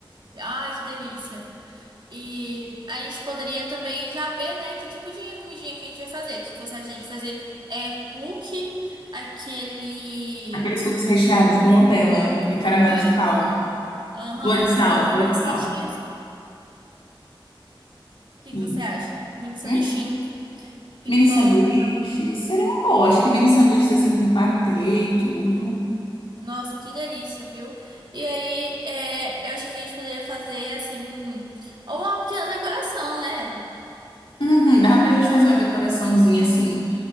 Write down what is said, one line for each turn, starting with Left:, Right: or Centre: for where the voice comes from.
Right: Ai, que delícia. E a gente poderia também já ver, né, que tipo de comidinha que a gente vai fazer. O que que você acha de a gente fazer? É cookie, aquele.
Left: Aqueles cookies recheados com Nutella e caramelo
Right: Isso.
Left: de sal.
Right: Aham.
Left: Flor de sal,
Right: Mini
Left: flor
Right: sanduíches.
Left: de sal.
Right: O que
Left: Hum.
Right: que você acha? Mini sanduíchinhos,
Left: Hum?
Right: pipoca.
Left: Mini sanduíches. Seria uma boa. Acho que mini sanduíches, assim, com patê e tudo.
Right: Nossa, que delícia, viu? E aí, é, eu achei que a gente poderia fazer, assim, uma pequena decoração, né?
Left: Uhum, dá pra gente fazer uma decoraçãozinha, assim.